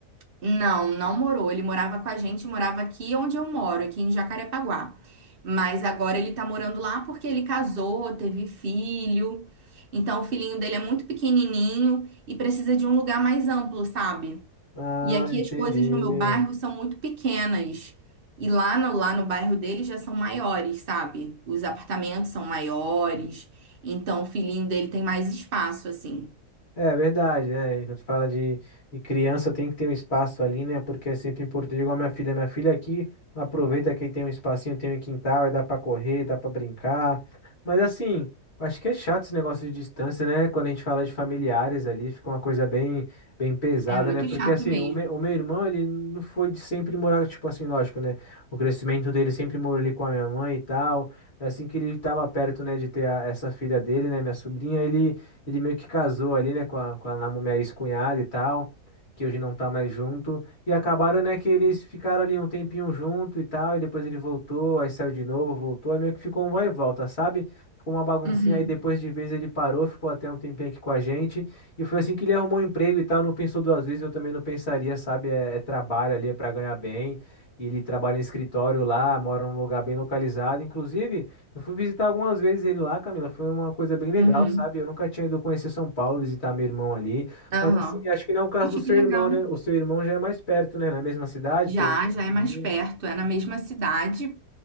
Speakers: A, on the right (about 65°); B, on the left (about 40°).
A: Não, não morou. Ele morava com a gente, morava aqui onde eu moro, aqui em Jacarepaguá. Mas agora ele tá morando lá porque ele casou, teve filho. Então o filhinho dele é muito pequenininho e precisa de um lugar mais amplo, sabe?
B: Ah,
A: E aqui
B: entendi.
A: as coisas no meu bairro são muito pequenas. E lá no, lá no bairro dele já são maiores, sabe? Os apartamentos são maiores. Então o filhinho dele tem mais espaço, assim.
B: É verdade, né? E Quando fala de, de criança, tem que ter um espaço ali, né? Porque é sempre importante. Igual minha filha, minha filha aqui ela aproveita que tem um espacinho, tem um quintal, aí dá pra correr, dá pra brincar. Mas assim, eu acho que é chato esse negócio de distância, né? Quando a gente fala de familiares ali, fica uma coisa bem, bem pesada,
A: É muito
B: né? Porque
A: chato
B: assim,
A: mesmo.
B: o, me, o meu irmão, ele não foi de sempre morar, tipo assim, lógico, né? O crescimento dele sempre morou ali com a minha mãe e tal. É assim que ele tava perto, né, de ter a- essa filha dele, né, minha sobrinha, ele ele meio que casou ali, né, com a, com a namu- minha ex-cunhada e tal, que hoje não tá mais junto. E acabaram, né, que eles ficaram ali um tempinho junto e tal, e depois ele voltou, aí saiu de novo, voltou, aí meio que ficou um vai e volta, sabe? Ficou uma baguncinha,
A: Uhum.
B: aí depois de vez ele parou, ficou até um tempinho aqui com a gente. E foi assim que ele arrumou um emprego e tal, não pensou duas vezes, eu também não pensaria, sabe? É, é trabalho ali, é pra ganhar bem. E ele trabalha em escritório lá, mora num lugar bem localizado. Inclusive. Eu fui visitar algumas vezes ele lá, Camila. Foi uma coisa bem legal,
A: Uhum.
B: sabe? Eu nunca tinha ido conhecer São Paulo, visitar meu irmão ali.
A: Aham.
B: Mas assim, acho que não é o caso
A: Poxa,
B: do seu
A: que legal.
B: irmão, né? O seu irmão já é mais perto, né? Na mesma cidade,
A: Já,
B: pelo que eu
A: já
B: entendi.
A: é mais perto, é na mesma cidade,